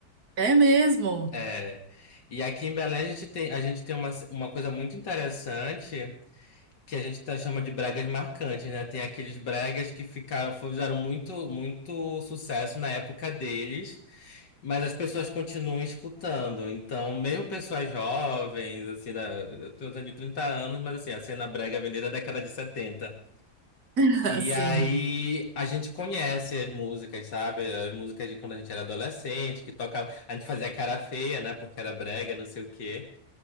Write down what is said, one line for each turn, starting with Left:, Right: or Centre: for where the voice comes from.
Right: é mesmo?
Left: É. E aqui em Belém a gente tem, a gente tem uma, uma coisa muito interessante. que a gente tá, chama de bregas marcantes, né? Tem aqueles bregas que ficaram, fizeram muito, muito sucesso na época deles, mas as pessoas continuam escutando. Então, mesmo pessoas jovens, assim, da, eu tenho 30 anos, mas assim, a cena brega vem desde a década de 70.
Right: <laughs>
Left: E
Right: Assim.
Left: aí a gente conhece as músicas, sabe? As músicas de quando a gente era adolescente, que tocava. A gente fazia cara feia, né? Porque era brega, não sei o quê.